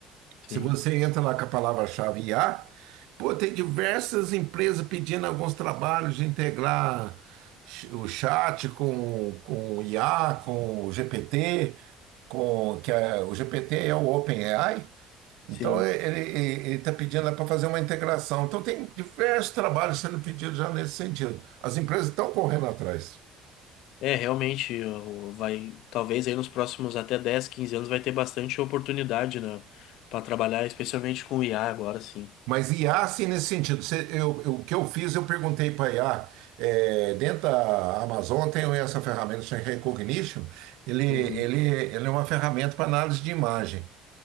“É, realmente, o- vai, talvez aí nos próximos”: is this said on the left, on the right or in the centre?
Left